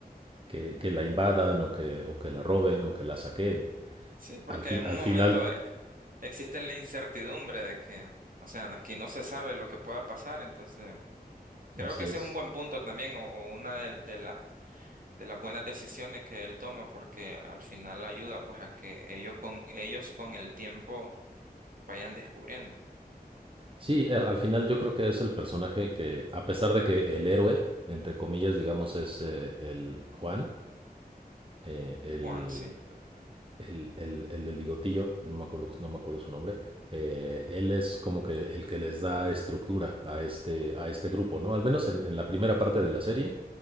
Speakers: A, on the right (about 35°); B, on the right (about 60°).
A: que- que la invadan o que, o que la roben o que la saquen.
B: Sí, porque
A: Al fin,
B: en un
A: al
B: momento
A: final,
B: eh, existe la incertidumbre de que, o sea, aquí no se sabe lo que pueda pasar, entonces creo
A: así
B: que ese
A: es.
B: es un buen punto también o, o una de, de las de las buenas decisiones que él toma, porque al final ayuda pues a que ellos con ellos con el tiempo vayan descubriendo.
A: Sí, eh, al final yo creo que es el personaje que, a pesar de que el héroe, entre comillas, digamos, es eh, el Juan, eh, el,
B: Juan, sí.
A: el, el, el del bigotillo, no me acuerdo, no me acuerdo su nombre, eh, él es como que el que les da estructura a este, a este grupo, ¿no? Al menos en, en la primera parte de la serie.